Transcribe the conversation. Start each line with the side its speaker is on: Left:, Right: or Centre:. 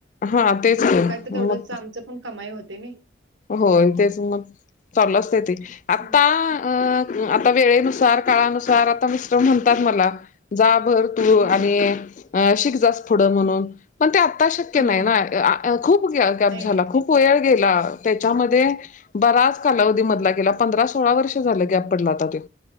Left: हा तेच की.
Right: काय तर तेवढंच
Left: मग
Right: आमचं पण कमाई होते नई.
Left: होय तेच मग, चालू असतय ती. आता
Right: हं,
Left: अ-आता वेळेनुसार काळानुसार आता मिस्टर म्हणतात मला जा भर तू
Right: हं,
Left: आणि शिक जा फूडं म्हणून.
Right: हं,
Left: पण ते आता शक्य
Right: हं,
Left: नाही
Right: हं.
Left: ना- खूप गॅप
Right: नाही,
Left: झाला
Right: नाही.
Left: खूप वेळ गेला त्याच्यामध्ये, बराच कालावधी
Right: हं.
Left: मधला गेला. पंधरा सोळा वर्ष झालं गॅप पडला आता त्यो.